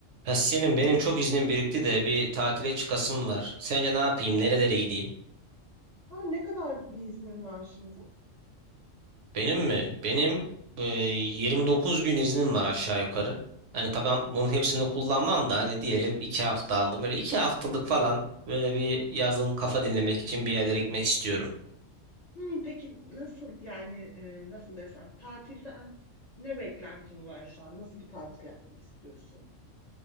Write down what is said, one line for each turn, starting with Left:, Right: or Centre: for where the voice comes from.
Right: Ya Selim benim çok iznim birikti de bir tatile çıkasım var. Sence ne yapayım? Nerelere gideyim?
Left: Ha, ne kadar bir iznin var şimdi?
Right: Benim mi? Benim e, 29 gün iznim var aşağı yukarı. Hani tamam bunun hepsini kullanmam da hani diyelim 2 hafta aldım. Böyle 2 haftalık falan böyle bir yazın kafa dinlemek için bir yerlere gitmek istiyorum.
Left: Hmm, peki nasıl yani e, nasıl desem tatilden ne beklentin var şu an? Nasıl bir tatil yapmak istiyorsun?